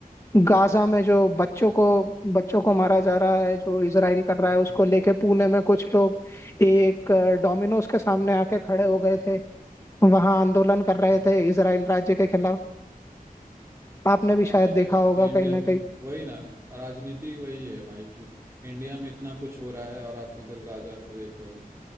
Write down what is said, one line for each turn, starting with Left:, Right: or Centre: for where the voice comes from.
Left: गाजा में जो बच्चों
Right: अच्छा
Left: को बच्चों को मारा जा रहा है जो इसराइल कर रहा है उसको
Right: हम्म,
Left: लेके पुणे में कुछ लोग एक अ, डोमिनोज के सामने आके खड़े हो गए थे वहां आंदोलन कर रहे
Right: हम्म।
Left: थे इसराइल राज्य के खिलाफ आपने भी
Right: भाई
Left: शायद देखा
Right: यार
Left: होगा
Right: इंडिया
Left: कहीं ना
Right: में
Left: कहीं
Right: वही ना राजनीति वही है भाई कि इंडिया में इतना कुछ हो रहा है और आप इधर गाजा को देख रहे हो